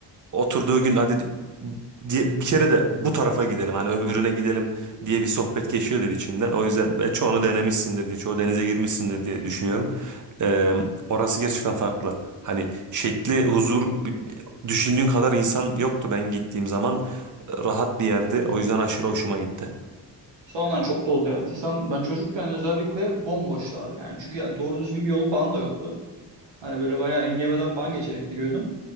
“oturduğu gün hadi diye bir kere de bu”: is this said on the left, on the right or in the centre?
Right